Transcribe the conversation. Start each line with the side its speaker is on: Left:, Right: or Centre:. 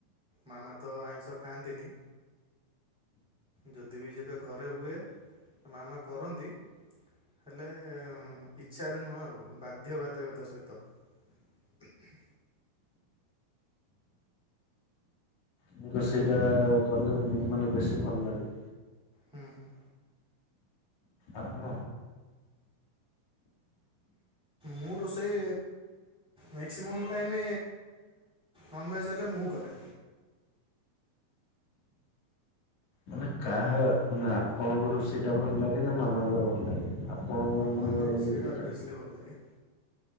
Centre: ମାମା ତ ଆଇଁଷ ଖାଆନ୍ତିନି। ଯଦି ବି ଯେବେ ଘରେ ହୁଏ ମାମା କରନ୍ତି। ହେଲେ ଇଚ୍ଛାରେ ନୁହେଁ ଆଉ ବାଧ୍ୟ ବାଧ୍ୟକତା ସହିତ। ହଁଁ
Left: ମୁଁ ରୋଷେଇ ଟା କଲେ ମାନେ ବେଶୀ ଭଲ ଲାଗେ।
Centre: ହୁଁ ହୁଁ।
Left: ଆପଣ
Centre: ମୁଁ ରୋଷେଇ ମ୍ୟାକ୍ସିମମ୍ ଟାଇମ୍ ନନ୍ଭେଜ୍ ହେଲେ ମୁଁ କରେ।
Left: ମାନେ କାହା ମାନେ ଆପଣଙ୍କ ରୋଷେଇ ଟା ଭଲ ଲାଗେ ନା ମାମାଙ୍କର ଭଲ ଲାଗେ। ଆପଣ
Centre: ମାମାଙ୍କ
Left: ମାନେ
Centre: ରୋଷେଇଟା
Left: ନିଜେ <unintelligible>
Centre: ଅଭିଅସ୍ଲି ଭଲ ଲାଗେ।